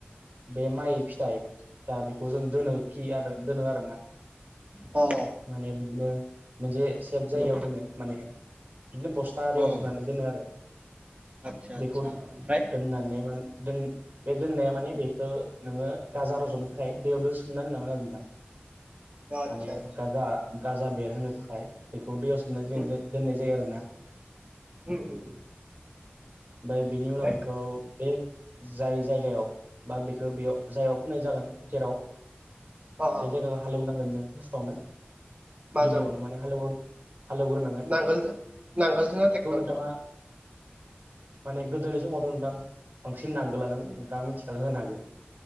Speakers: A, on the right; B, on the right.
A: बे माइ फिथाइ जा बेखौ जों दोनो खि आरो दोनो आरोना
B: अ
A: माने बिदिनो मोनसे सेफ जायगायाव
B: उम
A: दोनो माने बिदिनो बस्था आरियाव
B: उम
A: सोनानै दोनो आरो।
B: आतसा
A: बेखौ
B: आतसा ओमफ्राय
A: दोननानै माने दोन बे दोननाया माने बे नोङो गाजा रज'नो थाखाय दैयाव दो सोमनानै दोननांगोन आरो नोंथां।
B: आतसा
A: माने
B: आतसा
A: गाजा गाजा बेरहोनो थाखाय बेखौ दैयाव सोमनानै
B: उम
A: दोन दोननाय जायो आरोना।
B: उम उम।
A: ओमफाय बेनि
B: ओमफ्राय
A: उनाव बेखौ बे जाय जायगायाव बा बेखौ बेयाव जायायाव फैनाय जागोन जेराव
B: अ अ
A: बे जायगाखौ हालेवनांगोन नों फार्स्टआवनो
B: माजों
A: गिबियावनो माने हालेव हालेवग्रोनां
B: नांगोलजों नांगोलजोंना टेक्टरजों?
A: नोंथाङा माने गोदोनि समावथ' नोंथां बांसिन नांगोलानोमोन नोंथाङा मिथिया जानो हागो।